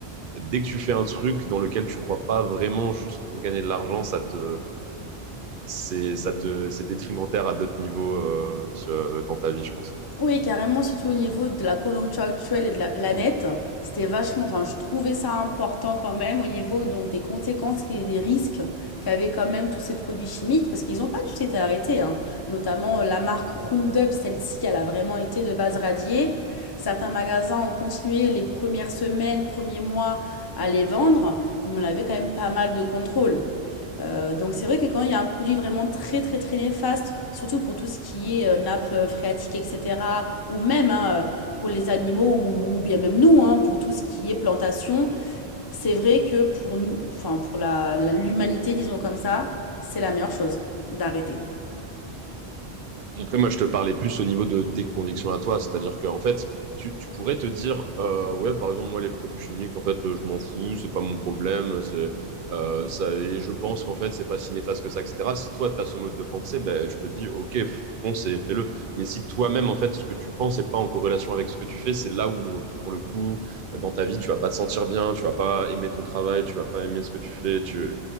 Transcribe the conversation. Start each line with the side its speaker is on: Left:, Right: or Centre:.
Right: dès que tu fais un truc dans lequel tu crois pas vraiment juste pour gagner de l'argent, ça te, c'est, ça te, c'est détrimentaire à d'autres niveaux euh, sur- dans ta vie, je pense.
Left: Oui, carrément, surtout au niveau de la conjoncture actuelle et de la planète, c'était vachement, enfin, je trouvais ça important quand même au niveau donc des conséquences et des risques qu'avaient quand même tous ces produits chimiques, parce qu'ils n'ont pas tous été arrêtés, hein. Notamment euh, la marque Roundup, celle-ci, elle a vraiment été de base radiée. Certains magasins ont continué les premières semaines, premiers mois à les vendre, mais on avait quand même pas mal de contrôle. Euh, donc c'est vrai que quand il y a un produit vraiment très très très néfaste, surtout pour tout ce qui est euh, nappe euh, phréatique, etc., ou même hein, euh, pour les animaux, ou, ou bien même nous, hein, pour tout ce qui est plantation, c'est vrai que pour, enfin, pour la- la- l'humanité, disons comme ça, c'est la meilleure chose d'arrêter.
Right: Et Après, moi, je te parlais plus au niveau de tes convictions à toi, c'est-à-dire qu'en fait, tu, tu pourrais te dire, euh, ouais, par exemple, moi, les produits chimiques, en fait, euh, je m'en fous, c'est pas mon problème, c'est euh, ça, et je pense qu'en fait, c'est pas si néfaste que ça, etc. Si toi, tu as ce mode de pensée, ben, je te dis, ok, fonce et fais-le. Mais si toi-même, en fait, ce que tu penses n'est pas en corrélation avec ce que tu fais, c'est là où, pour le coup, dans ta vie, tu vas pas te sentir bien, tu vas pas aimer ton travail, tu vas pas aimer ce que tu fais, tu,